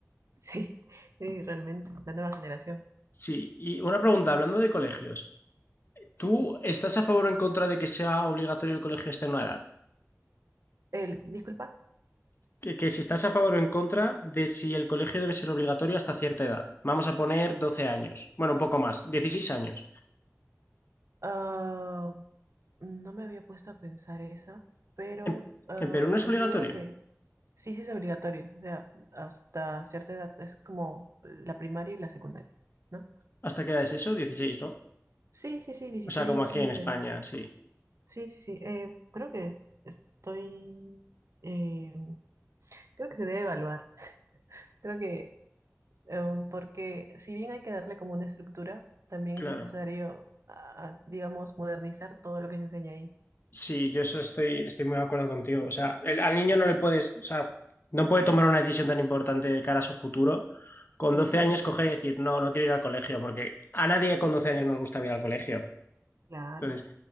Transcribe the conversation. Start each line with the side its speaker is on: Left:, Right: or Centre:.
Right: sí, <laughs> sí, realmente, la nueva generación.
Left: Sí, y una pregunta, hablando de colegios. ¿Tú estás a favor o en contra de que sea obligatorio el colegio hasta una edad?
Right: El, disculpa,
Left: Que, que si estás a favor o en contra de si el colegio debe ser obligatorio hasta cierta edad. Vamos a poner 12 años. Bueno, un poco más, 16 años.
Right: ah, No me había puesto a pensar esa, pero
Left: En,
Right: ah,
Left: en Perú no es
Right: considero
Left: obligatorio.
Right: que sí, sí es obligatorio. O sea, hasta cierta edad es como la primaria y la secundaria, ¿no?
Left: ¿Hasta qué edad es eso? 16, ¿no?
Right: Sí, sí, sí, 16
Left: O sea, como
Right: quince
Left: aquí en España, sí,
Right: Sí, sí, sí. eh, creo que es- estoy... eh, creo que se debe evaluar. Creo que em, porque si bien hay que darle como una estructura, también
Left: claro.
Right: es necesario, ah, digamos, modernizar todo lo que se enseña ahí.
Left: Sí, yo eso estoy, estoy muy de acuerdo contigo. O sea, el- al niño no le puedes, o sea, no puede tomar una decisión tan importante de cara a su futuro. Con
Right: Ujú,
Left: 12 años coger y decir, no, no quiero ir al colegio, porque a nadie con 12 años nos gusta ir al colegio.
Right: Claro.
Left: Entonces,